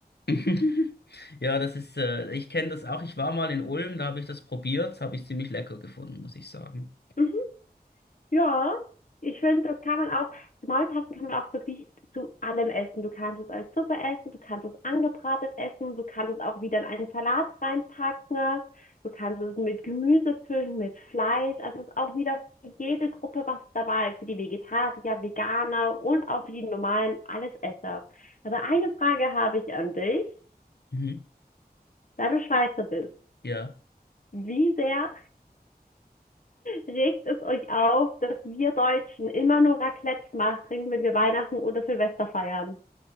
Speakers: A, on the left; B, on the left.
A: <laughs> Ja, das ist, äh, ich kenne das auch. Ich war mal in Ulm, da habe ich das probiert, das habe ich ziemlich lecker gefunden, muss ich sagen.
B: <laughs> Ja, ich finde, das kann man auch, Maultaschen kann man auch wirklich zu allem essen. Du kannst es als Suppe essen, du kannst es angebratet essen, du kannst es auch wieder in einen Salat reinpacken, ne? du kannst es mit Gemüse füllen, mit Fleisch. Also es ist auch wieder für jede Gruppe was dabei, für die Vegetarier, Veganer und auch für die normalen Allesesser. Aber eine Frage habe ich an dich,
A: Mhm.
B: da du Schweizer bist.
A: Ja.
B: Wie sehr regt es euch auf, dass wir Deutschen immer nur Raclette machen, wenn wir Weihnachten oder Silvester feiern?